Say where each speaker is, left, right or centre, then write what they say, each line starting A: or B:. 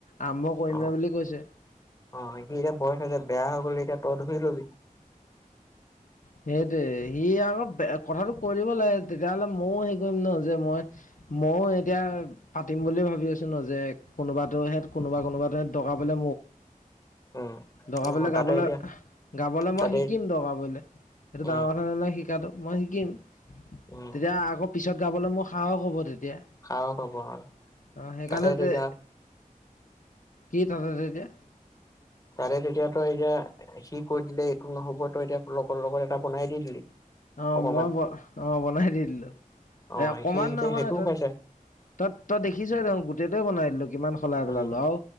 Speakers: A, on the left (about 65°); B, on the left (about 25°).
A: আৰম্ভ কৰিমে
B: অ
A: বুলি কৈছে।
B: অ সি এতিয়া বয়স আ যে বেয়া হৈ গ'ল এতিয়া তই ধৰি লবি
A: সেইটোৱে সি আকৌ কথাটো কৈ দিব লাগে তেতিয়া হ'লে ময়েও হে কৰিম ন যে মই ময়ও এতিয়া পাতিম বুলিুলিয়ে ভাবি আছো ন যে কোনোবা সত কোনোবা কোনোবাতেত দকা পলে
B: উম
A: দগাবলে
B: নহয় তাতে
A: গাবলৈ
B: এতিয়া
A: গাবলৈ মই
B: তাতে
A: শিকিম দগাবলে সেইটো
B: উম
A: ডাঙৰ কথা ন নহয় শিকাটো মই শিকিম তেতিয়া
B: উম
A: আকৌ পিছত গাবলৈ মোৰ সাহস হ'ব তেতিয়া এতিয়া
B: সাহস হব আৰু
A: অ সেইকাৰণে
B: তাতে তেতিয়া
A: কি তাতে এতিয়া।
B: তাৰে তেতিয়া তই এতিয়া সি কৈ দিলে এইটো নহ'ব তই এতিয়া লগৰ লগত এটা বনাই দি দিলি।
A: অ
B: অকমান
A: মই ব অ বনাই দি দিলো
B: অ
A: এই অকমান
B: সি এতিয়া
A: নহয়
B: সেইটোও
A: তাত
B: খাইছে
A: তই তই দেখিছেই দেখ গোটেইটে বনাই দিলো কিমান সলাই পেলালো
B: উম
A: আৰু